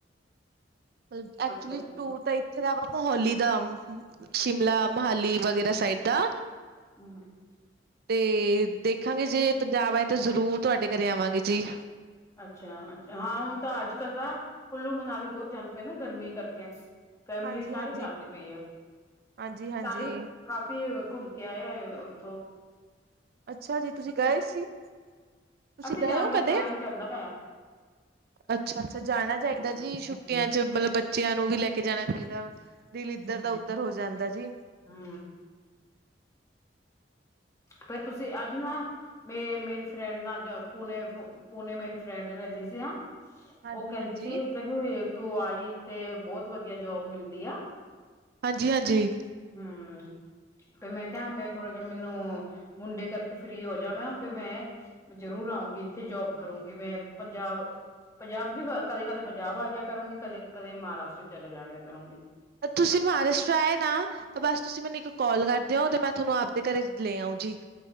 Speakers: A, on the right (about 55°); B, on the left (about 15°).
A: ਮਲ ਐਕਚਲੀ
B: ਅੱਛਾ
A: ਟੂਰ ਤਾਂ ਏਥੇ ਦਾ ਵਾ ਮੋਹੋਲੀ ਦਾ ਸ਼ਿਮਲਾ ਮਹਾਲੀ ਵਗੈਰਾ ਸਾਈਡ ਦਾ
B: <unintelligible>
A: ਤੇ ਦੇਖਾਂਗੇ ਜੇ ਪੰਜਾਬ ਆਏ ਤਾਂ ਜ਼ਰੂਰ ਤੁਆਡੇ ਘਰੇ ਆਵਾਂਗੇ ਜੀ।
B: ਅੱਛਾ ਅਆ ਹਾਂ ਹੁਣ ਤਾਂ ਅੱਜ-ਕੱਲ ਤਾਂ ਕੁੱਲੂ ਮਨਾਲੀ ਬੌ ਜਾਂਦੇ ਪਏ ਨਾ ਗਰਮੀ ਕਰਕੇ। ਫੈਮੇਲੀ
A: ਹਾਂਜੀ,
B: ਸਾਰੇ
A: ਹਾਂਜੀ,
B: ਜਾਂਦੀ ਪਈ ਆ
A: ਹਾਂਜੀ, ਹਾਂਜੀ
B: ਸਾਡੇ ਵੀ ਕਾਫੀ ਘੁੰਮ ਕੇ ਆਏ ਆਏ ਓਥੋਂ।
A: ਅੱਛਾ ਜੀ ਤੁਸੀਂ ਗਏ ਸੀ ਤੁਸੀਂ
B: ਅਸੀਂ
A: ਗਏ
B: ਜਾਣ
A: ਓਂ
B: ਦਾ
A: ਕਦੇ?
B: ਪਲੈਨ ਚੱਲਦਾ ਪਿਆ
A: ਅੱਛਾ-ਅੱਛਾ ਜਾਣਾ ਚਾਈਦਾ
B: ਹਮ
A: ਜੀ ਛੁੱ ਟੀਆਂ ਚ ਮਲਵ ਬੱਚੇਆਂ ਨੂੰ ਵੀ ਲੈ ਕੇ ਜਾਣਾ ਚਾਈਦਾ ਦੀਲੀਦਰ ਦਾ ਉਦਰ ਹੋ ਜਾਂਦਾ ਜੀ।
B: ਹੂੰ। ਫੇਰ ਤੁਸੀਂ ਅੱਜ ਨਾ ਮੇ ਮੇਰੀ ਫਰੈਂਡ ਨਾਲ ਪੁੂਣੇ ਪੁੂਣੇ ਮੇਰੀ ਫਰੈਂਡ ਰੈਂਦੀ ਸੀ ਨਾ
A: ਹਾਂਜੀ,
B: ਓ ਕੈਂਦੀ
A: ਹਾਂਜੀ,
B: ਸੀ ਕੈਂਦੀ ਤੂੰ ਆਈ ਏਥੇ ਬੌਤ ਵਦੀਆ ਜੋਬ ਮਿਲਦੀ ਆ।
A: ਹਾਂਜੀ-ਹਾਂਜੀ।
B: ਹੂੰ ਤੇ ਮੈਂ ਕੇਹਾ ਮੈਂ ਥੋੜਾ ਜੇਆ ਮੈਨੂੰ ਮੁੰਡੇ ਕਰਕੇ ਫ੍ਰਰੀ ਹੋ ਜਾਵਾ ਫੈ ਮੈਂ ਜਰੂਰ ਆਊਂਗੀ ਏਥੇ ਜੌਬ ਕਰੂੰਗੀ ਮੈਂ ਪੰਜਾਬ ਪੰਜਾਬੀ ਕਦੇ-ਕਦੇ ਪੰਜਾਬ ਆਜੇਆ ਕਰੂਗੀ ਕਦੇ-ਕਦੇ ਮਹਾਰਾਸ਼ਟਰ ਸਚਲੇ ਜਾਇਆ ਕਰੋਂਗੀ।
A: ਤੁਸੀਂ ਮਹਾਰਾਸ਼ਟਰ ਆਏ ਨਾ ਤੇ ਬਸ ਤੁਸੀਂ ਮੇਨੂੰ ਏਕ ਕਾਲ ਕਰਦੇ ਹੋ ਮੈ ਮੈਂ ਧਾਨੂੰ ਆਪਦੇ ਘਰੇ ਲੈ ਆਊ ਜੀ।